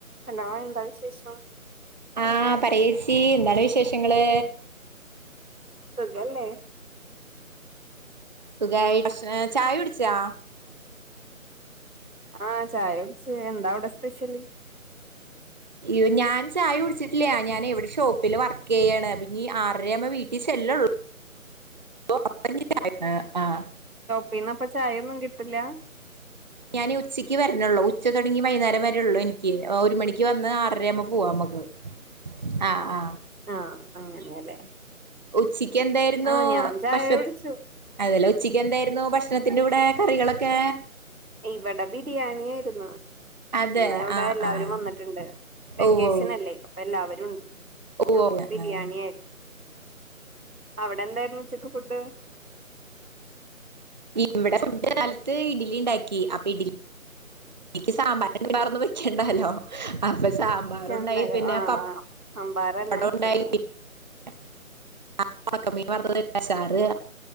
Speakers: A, on the right; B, on the right.
A: Hello എന്താ വിശേഷം.
B: ആ പറേച്ചീ എന്താണ് വിശേഷങ്ങള്.
A: സുഖല്ലേ?
B: സുഖായി. <unintelligible> ചായ ഉടിച്ചോ?
A: ആ ചായ ടുച്ച്. എന്താ അവിടെ സ്പെഷ്യല്?
B: യ്യോ! ഞാൻ ചായടുച്ചിട്ടില്ല്യാ ഞാനേ <unintelligible> ഷോപ്പില് വർക്ക്യ്യാണ് പിന്നീ ആറരേ ആുമ്പ വീട്ടിൽ ചെല്ലള്ളു. ഓ <unintelligible> ആ
A: പിന്നെപ്പ ചായൊന്നും കിട്ടില്ല?
B: ഞാൻ ഉച്ചയ്ക്ക് വരണള്ളൂ. ഉച്ച കഴിഞ്ഞ് വൈകുന്നേരം വരേ ഉള്ളൂ എനിക്ക്. ഒരു മണിക്ക് വന്ന് <unintelligible> പ <unintelligible> പോവാ നമുക്ക്. ആ ആ
A: ആ അങ്ങനെയല്ലേ.
B: ച്ചിക്ക് എന്തായിരുന്നു.
A: ആഹ് ഞാൻ ചായ
B: ഭക്ഷ
A: കുടിച്ചു
B: അതല്ലെ ഉച്ചക്ക് എന്തായിരുന്നു ഭക്ഷണത്തിന്റെറെ കൂടെ കറികളൊ? കെ
A: ഇവടെ ബിരിയാണിയിരുന്നു.
B: അതെ
A: ന്ന ഇവിടെ
B: ആഹ്
A: എല്ലാവരും
B: ആഹ്
A: വന്ന്ട്ടുണ്ട്. വെക്കേഷനല്ലേ
B: ഓഹ്
A: അപ്പൊ എല്ലാവരും.
B: ഓഹ്
A: അപ്പൊ ബിരിയാണി
B: ഓഹ്
A: ആയിരി. <unintelligible> അവിടെ എന്തായിരുന്നുച്ചക്ക് ഫുഡ്?
B: <unintelligible> ഫുഡ് കാലത്ത് ഇഡ്ലിണ്ടാക്കി. അപ്പി ഇഡ്ലി ഇൻക്കി സാമ്പാ <unintelligible> വേറെന്ന് വെക്കിണ്ടല്ലോ. അപ്പൊ സാമ്പാറുണ്ടായി
A: എന്തായാലും
B: പിന്നെ
A: ആഹ്
B: പപ്പടം
A: സാമ്പാറന്നെ ഉച്ചക്ക്
B: ഉണ്ടായി. <unintelligible> ഒണക്കമീൻ വർത്തത് സാറ്